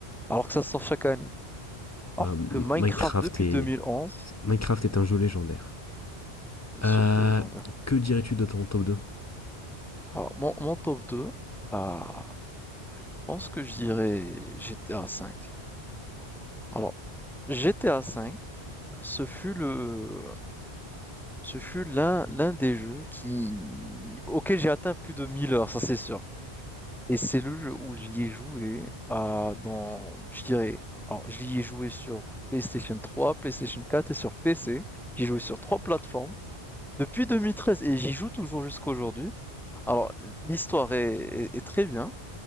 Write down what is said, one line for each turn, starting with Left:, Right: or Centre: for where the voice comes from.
Centre: Alors que ça sort chaque année. Alors
Left: Bah,
Centre: que Minecraft
Left: Minecraft
Centre: depuis
Left: est...
Centre: 2011,
Left: Minecraft est un jeu légendaire.
Centre: bien
Left: Euh,
Centre: sûr qu'il est légendaire.
Left: que dirais-tu de ton top 2
Centre: Alors, mon, mon top 2, ah, je pense que je dirais GTA V. Alors, GTA V, ce fut le, ce fut l'un, l'un des jeux qui, auquel j'ai atteint plus de 1000 heures, ça c'est sûr. Et c'est le jeu où j'y ai joué, ah, dans, je dirais, alors j'y ai joué sur PlayStation 3, PlayStation 4 et sur PC. J'y ai joué sur trois plateformes depuis 2013 et j'y joue toujours jusqu'à aujourd'hui. Alors, l'histoire est, est- est très bien.